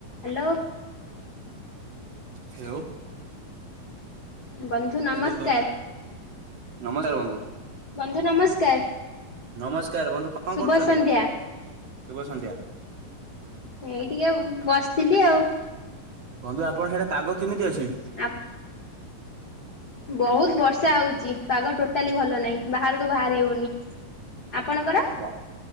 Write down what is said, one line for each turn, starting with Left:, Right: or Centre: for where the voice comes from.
Left: Hello.
Right: Hello.
Left: ବନ୍ଧୁ ନମସ୍କାର
Right: hello, ନମସ୍କାର ବନ୍ଧୁ।
Left: ବନ୍ଧୁ ନମସ୍କାର।
Right: ନମସ୍କାର ବନ୍ଧୁ କଣ
Left: ଶୁଭ
Right: କରୁଚନ୍ତି?
Left: ସନ୍ଧ୍ୟା।
Right: ଶୁଭ ସନ୍ଧ୍ୟା।
Left: ଏଇ ଟିକେ ବସିଥିଲି ଆଉ।
Right: ବନ୍ଧୁ ଆପଣଙ୍କ ସିଆଡେ ପାଗ କେମିତି ଅଛି?
Left: ଆପ ବହୁତ ବର୍ଷା ହଉଚି, ପାଗ ଟୋଟାଲି ଭଲ ନାହିଁ, ବାହାରକୁ ବାହାରି ହଉନି। ଆପଣଙ୍କର?
Right: ଏ ବ